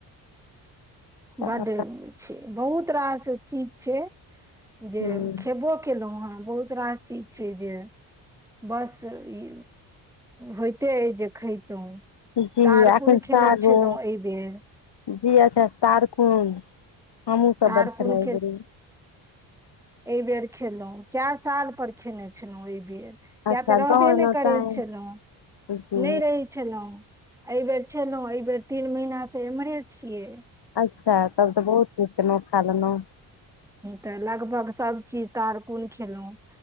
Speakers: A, on the left; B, in the centre.
A: अच्छा
B: बड़ छै बहुत रास चीज छै जे
A: जी
B: खेबो केलहूँ ह बहुत रास चीज छै जे बस ई होइते जे खयइतहुँ
A: जी
B: तार
A: एखन
B: कोन खेने
A: सागो
B: छलहुँ एहि बेर
A: जी अच्छा तारखुंड हमहु सभ
B: तारकुन
A: बड़ खेनाइी
B: ए बेर खेलौ कऽ साल पर खेने छलहुॅं ए बेर किया
A: अच्छा
B: तऽ रहबे
A: गाँव एलहुँ
B: नहि करै
A: तैं
B: छलहु
A: जी
B: नहि रहै। हू एहि बेर छलहु एहि बेर तीन महिना से इमहरे छियै
A: अच्छा तब तऽ बहुत नीचहुँ खा लेलहुँ।
B: तऽ लगभग सभ चीज तारकुन खेलहुॅँ